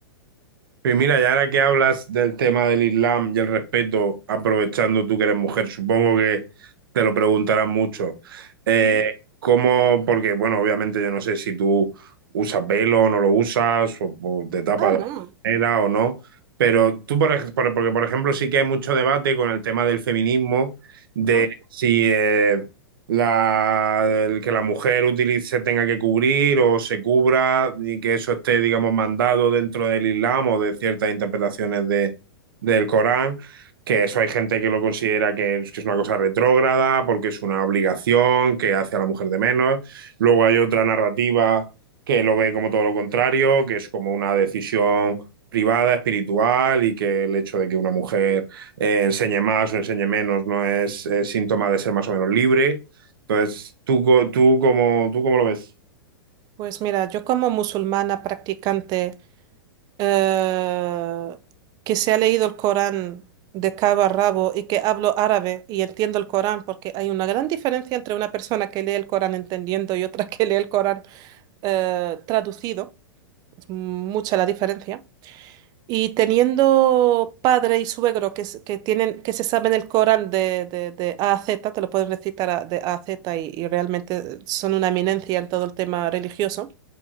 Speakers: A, on the right (about 65°); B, on the right (about 30°).
A: Pues mira, y ahora que hablas del tema del Islam y el respeto, aprovechando tú que eres mujer, supongo que te lo preguntarán mucho. Eh,
B: Ujú.
A: ¿cómo? Porque, bueno, obviamente yo no sé si tú usas velo o no lo usas, o, o te tapas
B: Ah,
A: de
B: no.
A: alguna manera o no, pero tú, por, ejemplo, porque por ejemplo, sí que hay mucho debate con el tema del feminismo, de
B: Ajá.
A: si, eh, la, el que la mujer utilice, se tenga que cubrir o se cubra y que eso esté, digamos, mandado dentro del Islam o de ciertas interpretaciones de, del Corán, que eso hay gente que lo considera que es, que es una cosa retrógrada porque es una obligación que hace a la mujer de menos. Luego hay otra narrativa que lo ve como todo lo contrario, que es como una decisión privada, espiritual, y que el hecho de que una mujer eh, enseñe más o enseñe menos no es, eh, síntoma de ser más o menos libre. Entonces, ¿tú, co- tú, cómo, tú cómo lo ves?
B: Pues mira, yo como musulmana practicante eh, que se ha leído el Corán de cabo a rabo y que hablo árabe y entiendo el Corán, porque hay una gran diferencia entre una persona que lee el Corán entendiendo y otra que lee el Corán eh, traducido. Es mucha la diferencia. Y teniendo padre y suegro que, s- que tienen, que se saben el Corán de, de, de A a Z, te lo pueden recitar a- de A a Z y y realmente son una eminencia en todo el tema religioso.